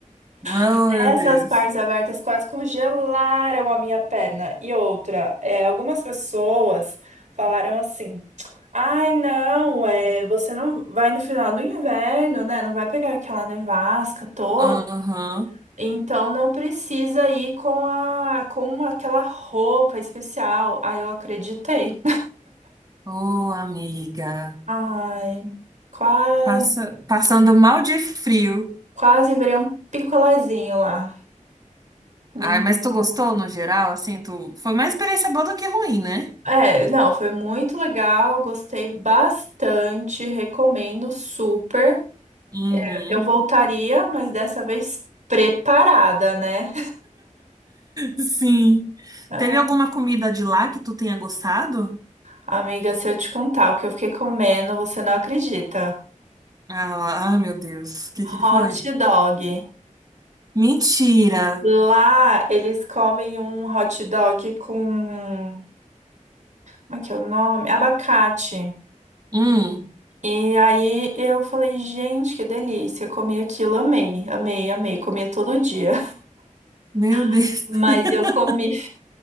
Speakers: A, on the right; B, on the right.
A: Oh,
B: <laughs>
A: meu
B: Essas
A: Deus.
B: partes abertas quase congelaram a minha perna. E outra, é, algumas pessoas falaram assim: ai, não, é, você não vai no final do inverno, né? Não vai pegar aquela nevasca toda.
A: Aham.
B: Então não precisa ir com a com aquela roupa especial. Aí eu acreditei.
A: Ô, amiga.
B: <laughs> Ai, quase.
A: Passa, passando mal de frio.
B: Quase virei um picolézinho lá. Menina.
A: Ai, mas tu gostou no geral? Assim, tu... foi mais experiência boa do que ruim, né?
B: É, não, foi muito legal, gostei bastante, recomendo super.
A: Uhum.
B: Eu voltaria, mas dessa vez preparada, né?
A: Sim.
B: Ah,
A: Teve alguma comida de lá que tu tenha gostado?
B: amiga, se eu te contar o que eu fiquei comendo, você não acredita.
A: Ah, ai, meu Deus. O que
B: Hot
A: que foi?
B: dog.
A: Mentira.
B: Lá eles comem um hot dog com. Como é que é o nome? Abacate.
A: Hum,
B: E aí eu falei, gente, que delícia. Comi aquilo, amei, amei, amei. Comia todo dia.
A: meu Deus.
B: <laughs> Mas
A: <laughs>
B: eu comi. <laughs>